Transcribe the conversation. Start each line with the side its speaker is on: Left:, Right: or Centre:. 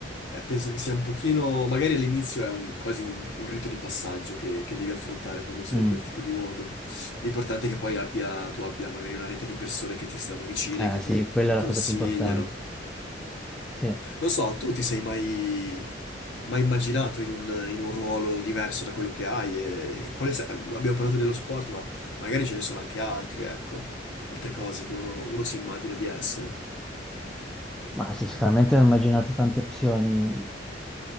Left: eh, penso che sia un pochino, magari all'inizio è un- quasi un, un rito di passaggio che, che devi affrontare quando sei
Centre: Mm.
Left: in quel tipo di mondo. L'importante è che poi abbia, tu abbia magari una rete di persone che ti stanno vicine,
Centre: Eh,
Left: che
Centre: sì,
Left: ti
Centre: quella è la
Left: consigliano.
Centre: cosa più importante. Sì.
Left: Non so, tu ti sei mai, mai immaginato in un, in un ruolo diverso da quello che hai? E, e quale sa- abbiamo parlato dello sport, ma magari ce ne sono anche altri, ecco, altre cose che uno, uno si immagina di essere.
Centre: Ma sì, sicuramente ho immaginato tante opzioni.